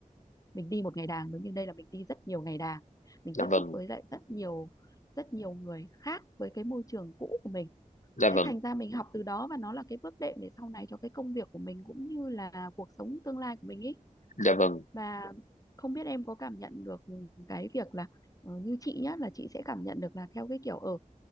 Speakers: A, on the left; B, on the left.
A: mình đi một ngày đàng giống như đây là mình đi rất nhiều ngày đàng mình
B: dạ
A: tiếp
B: vâng
A: xúc với lại rất nhiều rất nhiều người khác với cái môi trường cũ của mình
B: dạ
A: thế
B: vâng
A: thành ra mình học từ đó và nó là cái bước đệm để sau này cho cái công việc của mình cũng như là cuộc sống tương lai của mình ý
B: dạ vâng
A: và không biết em có cảm nhận được cái việc là ờ, như chị nhá là chị sẽ cảm nhận được là theo cái kiểu ở